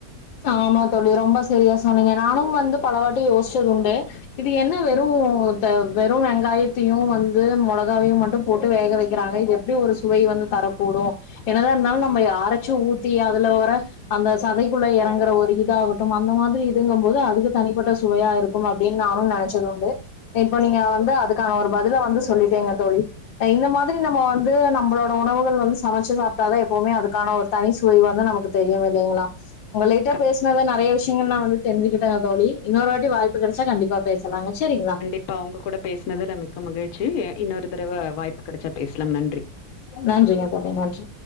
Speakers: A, on the left; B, on the left.
A: ஆமா தோழி ரொம்ப செரியா சொன்னிங்க நானும் வந்து பல வாட்டி யோசிச்சது உண்டு இது என்ன வெறு த்த வெறு வெங்காயத்தையு வந்து மொளகாவையு மட்டு போட்டு வேக வெக்கிறாங்க இது எப் டி ஒரு சுவை வந்து தரக்கூடு என்னதா இருந்தாலு நம்ம அரச்சு ஊத்தி அதுல வர அந்த சதை குள்ள எறங்கற ஒரு இதாகட்டு அந்த மாரி இதுங்கும் போது அதுக்கு தனிப்பட்ட சுவையா இருக்கும் அப்டின் நானு நெனச்சதுண்டு இப்போ நீங்க வந்து அதுக்கான ஒரு பதில வந்து சொல்லிட்டீங்க தோழி இந்த மாத்ரி நம்ம வந்து நம்மளோட உணவுகள் வந்து சமைச்சு சாப்பிட்டாதா எப்பவுமே அதுக்கான ஒரு தனி சுவை வந்து நமக்கு தெரியுமில்லைங்ளா உங்களிட்ட
B: க
A: பே சனது நெறைய விஷயங்கள் நா வந்து தெரிஞ்சிக்கிட்டே தோழி இன்னொரு வாட்டி வாய்ப்பு கெடச்சா கண்டிப்பா பேசலாங்க சரிங்ளா
B: இப்ப உங்க கூட பேசுனதுல மிக்க மகிழ்ச்சி இ இன்னொரு தடவ வாய்ப்பு கெடைச்சா பேசலாம் நன்றி
A: நன்றிங்க தோழி நன்றி